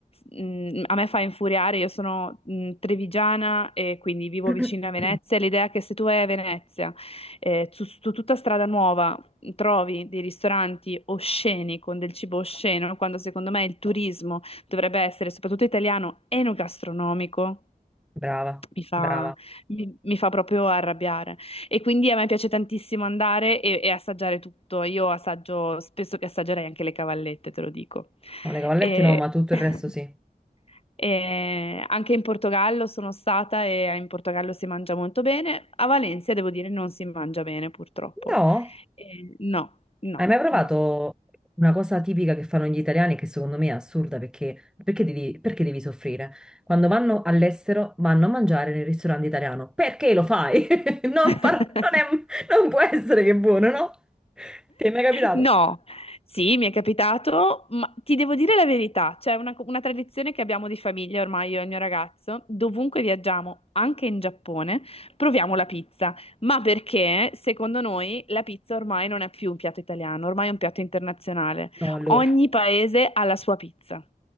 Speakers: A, on the left; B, in the centre.
A: mh, a me fa infuriare, io sono mh, trevigiana e quindi vivo
B: <clears throat>
A: vicino a Venezia. L'idea che se tu vai a Venezia, eh, su, su tutta strada nuova, trovi dei ristoranti osceni con del cibo osceno, quando secondo me il turismo dovrebbe essere, soprattutto italiano, enogastronomico
B: Brava,
A: mi fa,
B: brava.
A: mi- mi fa proprio arrabbiare. E quindi a me piace tantissimo andare e, e assaggiare tutto. Io assaggio, spesso che assaggerei anche le cavallette, te lo dico.
B: No, le cavallette
A: E-
B: no, ma tutto
A: <laughs>
B: il resto sì.
A: e anche in Portogallo sono stata e in Portogallo si mangia molto bene. A Valencia, devo dire, non si mangia bene, purtroppo.
B: No?
A: E no, no,
B: Hai mai provato
A: no.
B: una cosa tipica che fanno gli italiani che secondo me è assurda perché, perché devi, perché devi soffrire? Quando vanno all'estero vanno a mangiare nel ristorante italiano. Perché lo fai? <laughs> Non,
A: <laughs>
B: par- non è- non può essere che è buono, no? Ti è mai capitato?
A: No, sì, mi è capitato, ma ti devo dire la verità, c'è una, una tradizione che abbiamo di famiglia ormai io e il mio ragazzo, dovunque viaggiamo, anche in Giappone, proviamo la pizza, ma perché secondo noi la pizza ormai non è più un piatto italiano, ormai è un piatto internazionale.
B: No, allora.
A: Ogni paese ha la sua pizza.